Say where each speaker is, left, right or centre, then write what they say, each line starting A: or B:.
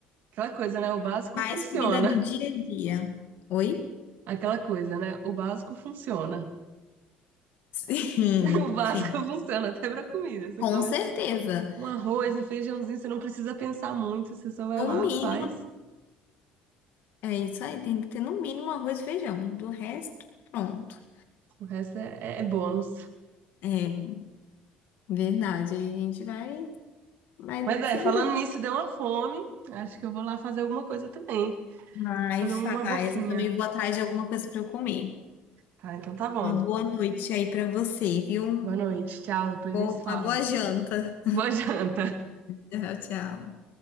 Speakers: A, on the right; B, on the left.
A: Aquela coisa, né? O básico
B: mais
A: funciona.
B: comida do dia a dia. Oi?
A: Aquela coisa, né? O básico funciona.
B: Sim,
A: <laughs> O básico
B: sim.
A: funciona até pra comida. Você
B: Com
A: come
B: certeza.
A: assim, um arroz, um feijãozinho, você não precisa pensar muito, você só vai
B: No
A: lá,
B: mínimo,
A: faz.
B: é isso aí, tem que ter no mínimo arroz e feijão. Do resto, pronto.
A: O resto é, é é bônus.
B: É verdade, aí a gente vai, vai
A: Mas é,
B: se
A: falando
B: virando.
A: nisso, deu uma fome. Acho que eu vou lá fazer alguma coisa também.
B: Vai,
A: Fazer
B: faz.
A: uma boquinha.
B: Eu também vou atrás de alguma coisa para eu comer.
A: Tá, então tá bom.
B: Uma boa noite aí para você, viu?
A: Boa noite, tchau. Depois
B: Bom,
A: a gente se fala.
B: uma boa janta.
A: Boa janta.
B: Tchau, tchau.